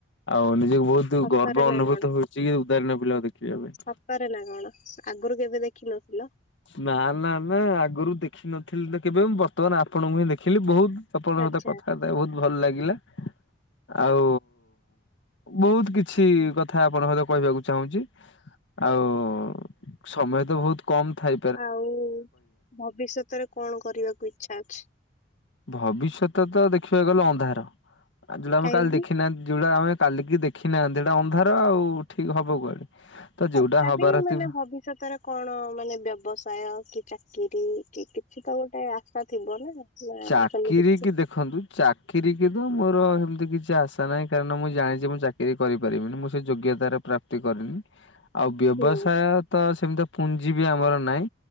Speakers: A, on the left; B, on the left.
A: ଆଉ ନିଜକୁ ବହୁତ
B: ସତରେ
A: ଗର୍ବ
B: ନା
A: ଅନୁଭୂତ
B: କଣ
A: ହଉ ଚିକି ଉଦାହରଣୀନ ପିଲାକୁ ଦେଖିବା ପାଇଁ।
B: ସତରେ ନା କଣ ଆଗରୁ କେବେ ଦେଖିନଥିଲ?
A: ନା ନା ନା ଆଗରୁ ଦେଖିନଥିଲି ତ କେବେ ମୁଁ ବର୍ତ୍ତମାନ ଆପଣଙ୍କୁ ହିଁ ଦେଖିଲି ବହୁତ ଆପଣଙ୍କ
B: ଆଚ୍ଛା
A: ସହିତ କଥାବାର୍ତ୍ତା ହେଇ ବହୁତ ଭଲ ଲାଗିଲା। ଆଉ ବହୁତ କିଛି କଥା ଆପଣ ସହିତ କହିବାକୁ ଚାହୁଁଛି। ଆଉ ସମୟ ତ ବହୁତ କମ୍ ଥାଇ
B: ଆଉ ଭବିଷ୍ୟତରେ କଣ କରିବାକୁ ଇଚ୍ଛା ଅଛି?
A: ଭବିଷ୍ୟତ ତ ଦେଖିବାକୁ ଗଲେ ଅନ୍ଧାର, ଆ ଯୋଉଟା ଆମେ
B: କାହିଁକି?
A: କାଲି ଦେଖିନାହାନ୍ତି ଯୋଉଟା ଆମେ କାଲିକି ଦେଖି ନାହାନ୍ତି ଏଟା ଅନ୍ଧାର ଆଉ ଠିକ୍ ହବ କୁଆଡେ। ତ
B: ତଥାବି
A: ଯୋଉଟା ହବାର
B: ମାନେ
A: ଥିବ
B: ଭବିଷ୍ୟତରେ କଣ ମାନେ ବ୍ୟବସାୟ କି ଚାକିରୀ କି କିଛି ତ ଗୋଟେ ଆଶା ଥିବ ନା? ନାଁ
A: ଚାକିରି
B: ସେମିତି କିଛି
A: କି ଦେଖନ୍ତୁ ଚାକିରୀ କି ତ ମୋର ହେମିତି କିଛି ଆଶା ନାହିଁ କାରଣ ମୁଁ ଜାଣିଛି ମୁଁ ଚା କିରି କରିପାରିବିନି ମୁଁ ସେ ଯୋଗ୍ୟତାର ପ୍ରାପ୍ତି କରିନି। ଆଉ ବ୍ୟବସାୟ
B: ହୁଁ
A: ତ ସେମିତିଆ ପୁଞ୍ଜି ବି ଆମର ନାହିଁ